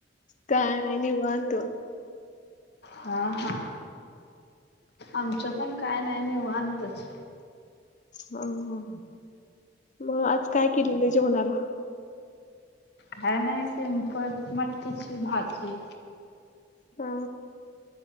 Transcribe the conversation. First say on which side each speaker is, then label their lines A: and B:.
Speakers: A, on the left (about 45°); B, on the left (about 65°).
A: का नाही निवंत.
B: हा हा आमचं पण काय नाही निवांतच.
A: ह मग आज काय केलेलं जेवणाला.
B: काय नाही सिंपल मटकीची भाजी.
A: हा.